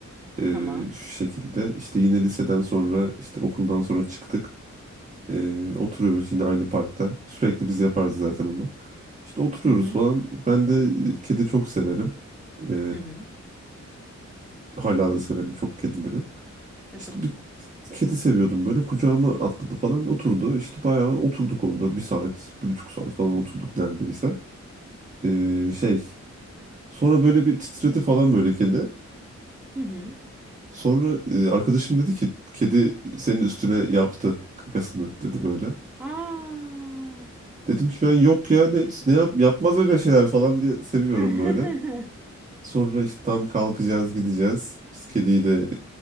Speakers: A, on the right (about 25°); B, in the centre.
A: E,
B: tamam.
A: şu şekilde işte yine liseden sonra işte okuldan sonra çıktık. E, oturuyoruz yine aynı parkta. Sürekli biz yaparız zaten onu. İşte oturuyoruz
B: Hı hı
A: falan. Ben de e, kedi çok severim. E,
B: hı hı.
A: hala da severim çok kedileri.
B: E
A: İşte
B: tabii
A: bir
B: ki.
A: kedi seviyordum böyle. Kucağıma atladı falan oturdu. İşte bayağı oturduk orada. Bir saat, bir buçuk saat falan oturduk neredeyse. Ee, şey sonra böyle bir titredi falan böyle kedi.
B: Hı hı.
A: Sonra e, arkadaşım dedi ki kedi senin üstüne yaptı kakasını dedi böyle.
B: Aa.
A: Dedim ki ben yok ya ne, ne yap, yapmaz öyle şeyler falan diye seviyorum
B: <laughs>
A: böyle. Sonra işte tam kalkacağız gideceğiz. İşte kediyi de